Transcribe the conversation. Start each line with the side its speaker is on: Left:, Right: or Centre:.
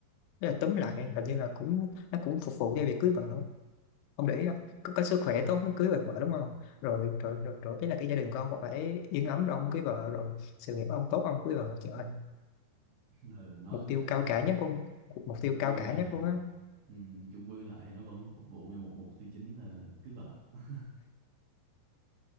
Left: Thế là túm lại hình như là cũng nó cũng phục vụ cho việc cưới vợ ông để ý không có, có sức khỏe tốt mới cưới được vợ đúng không rồi rồi rồi, rồi ấy là cái gia đình con cũng phải yên ấm rồi ông cưới vợ rồi sự nghiệp ông tốt ông cưới vợ trời ơi,
Right: <laughs> Ừ, nói
Left: mục
Right: mới
Left: tiêu
Right: thấy
Left: cao cả nhất luôn mục
Right: chung
Left: tiêu cao
Right: quy
Left: cả
Right: lại
Left: nhất luôn á
Right: ừ, chung quy lại thì nó vẫn phục vụ cho một mục tiêu chính là cưới vợ <laughs>